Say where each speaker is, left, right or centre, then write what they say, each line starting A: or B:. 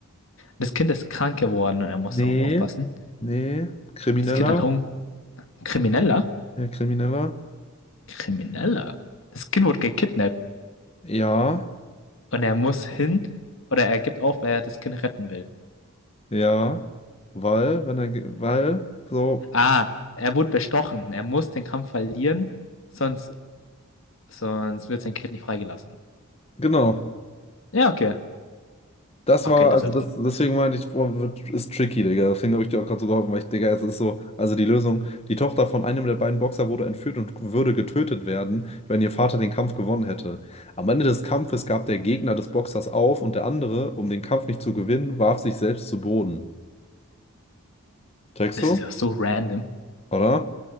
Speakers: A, on the left; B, on the left.
A: das Kind ist krank geworden und er muss
B: Nee,
A: darauf aufpassen.
B: nee. Krimineller?
A: Das Kind hat Hunger. Krimineller?
B: Ja, Krimineller?
A: Krimineller? Das Kind wurde gekidnappt
B: Ja,
A: und er muss hin oder er gibt auf, weil er das Kind retten will.
B: ja. Weil, wenn er, ge- weil, so,
A: Ah, er wurde bestochen. Er muss den Kampf verlieren, sonst, sonst wird sein Kind nicht freigelassen.
B: genau.
A: Ja, okay.
B: Das
A: Okay,
B: war,
A: das
B: also
A: ist
B: das,
A: ja
B: deswegen meine ich, boah, wird, ist tricky, Digga. Deswegen habe ich dir auch gerade so geholfen, weil ich, Digga, es ist so, also die Lösung, die Tochter von einem der beiden Boxer wurde entführt und würde getötet werden, wenn ihr Vater den Kampf gewonnen hätte. Am Ende des Kampfes gab der Gegner des Boxers auf und der andere, um den Kampf nicht zu gewinnen, warf sich selbst zu Boden. Checkst
A: Das
B: du?
A: ist ja so random.
B: Oder?